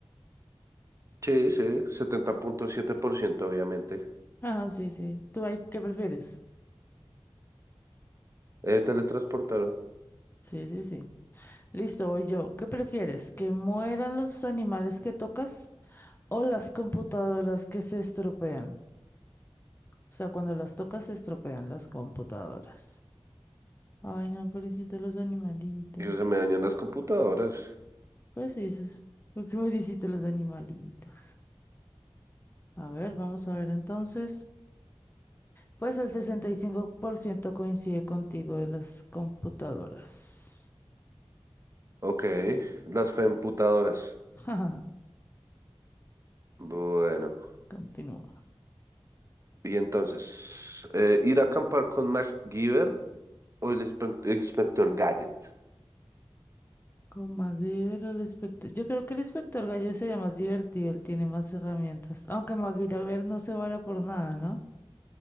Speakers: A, on the right; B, on the left.
A: Sí, sí, setenta punto siete por ciento obviamente.
B: Ajá, sí, sí. ¿Tú ahí qué prefieres?
A: Eh, teletransportar.
B: Sí, sí, sí. Listo, voy yo. ¿Qué prefieres? ¿Que mueran los animales que tocas o las computadoras que se estropean? O sea, cuando las tocas se estropean las computadoras. Ay, no, pobrecito los animalitos.
A: Y se me dañan las computadoras.
B: Pues sí, eso es- porque <laughs> pobrecito los animalitos. A ver, vamos a ver entonces. Pues el 65% coincide contigo de las computadoras.
A: Ok, las femputadoras.
B: <laughs> Jaja.
A: Bueno,
B: Continúa.
A: y entonces, eh, ir a acampar con MacGyver o el inspe- el inspector Gadget.
B: Con MacGyver o el inspector. Yo creo que el inspector Gallo sería más divertido, él tiene más herramientas. Aunque MacGyver no se vara por nada, ¿no?